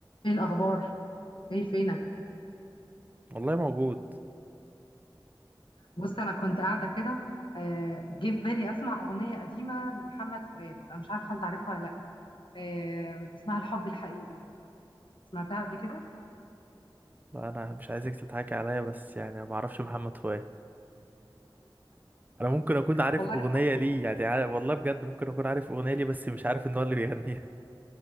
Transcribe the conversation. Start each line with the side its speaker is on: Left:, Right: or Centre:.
Left: ايه الاخبار ايه فينك
Right: والله موجود
Left: بص انا كنت قاعده كده آه، جه في بالي اسمع اغنيه قديمه لمحمد فؤاد انا مش عارفه انت عارفها ولا لا آه، اسمها الحب الحقيقي سمعتها قبل كده
Right: لا انا مش عايزك تضحكي عليا بس يعني أنا ما اعرفش محمد فؤاد انا ممكن اكون عارف
Left: والله
Right: اغنيه
Left: حسيت
Right: ليه يعني عارف والله بجد ممكن اكون عارف اغنيه ليه بس مش عارف ان هو اللي بيغنيها